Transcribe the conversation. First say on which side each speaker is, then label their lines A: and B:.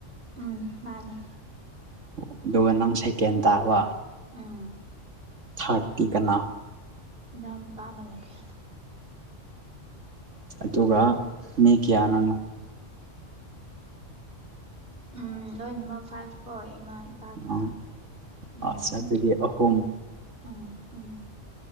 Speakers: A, on the right (about 50°); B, on the right (about 75°).
A: ꯎꯝ ꯃꯥꯅꯦ
B: ꯑꯣ ꯑꯗꯨꯒ ꯅꯪ ꯁꯦꯀꯦꯟ ꯇꯥꯕ
A: ꯎꯝ
B: ꯊꯔꯇꯤ ꯀꯅꯥ
A: ꯏꯅꯥꯎ ꯅꯨꯄꯥ ꯑꯃ ꯂꯩꯌꯦ
B: ꯑꯗꯨꯒ ꯃꯤ ꯀꯌꯥꯅꯣ ꯅꯣꯏ
A: ꯎꯝ ꯂꯣꯏꯅꯃ ꯐꯥꯏꯚ ꯐꯣꯏ ꯏꯃꯥ ꯏꯄꯥꯒ
B: ꯑꯪ
A: ꯎꯝ
B: ꯑꯁ ꯑꯗꯨꯗꯤ ꯑꯍꯨꯝ
A: ꯎꯝ ꯎꯝ